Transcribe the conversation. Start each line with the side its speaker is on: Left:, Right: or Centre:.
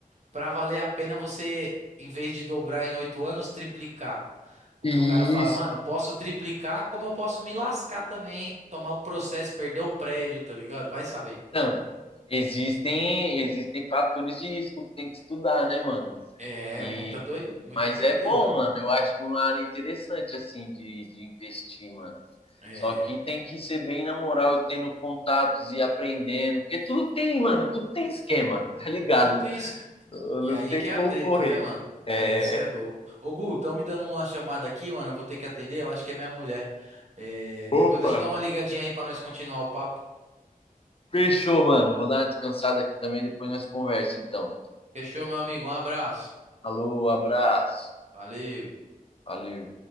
Right: pra valer a pena você, em vez de dobrar em oito anos, triplicar. Porque
Left: Isso.
Right: o cara fala, mano, eu posso triplicar, como eu posso me lascar também, hein? tomar um processo, perder o prédio, tá ligado? Vai saber.
Left: Então, existem, existem fatores de risco que tem que estudar, né, mano?
Right: É,
Left: E,
Right: muita doi, muita
Left: mas
Right: doideira.
Left: é bom, mano. Eu acho uma área interessante, assim, de, de investir, mano.
Right: É,
Left: Só que tem que ser bem na moral, tendo contatos e aprendendo, porque tudo tem, mano, tudo tem esquema, <laughs> tá ligado?
Right: tu tens que...
Left: Não,
Right: E
Left: não
Right: aí
Left: tem
Right: que
Left: como
Right: é a treta,
Left: correr.
Right: né, mano?
Left: É...
Right: É, você é louco. Ô, Gu, estão me dando uma chamada aqui, mano. Eu vou ter que atender. Eu acho que é minha mulher. É, depois
Left: Opa,
Right: eu te dou uma ligadinha aí pra nós continuar o papo.
Left: fechou, mano. Vou dar uma descansada aqui também, depois nós conversa, então.
Right: Fechou, meu amigo? Um abraço.
Left: Alô, abraço.
Right: Valeu.
Left: Valeu.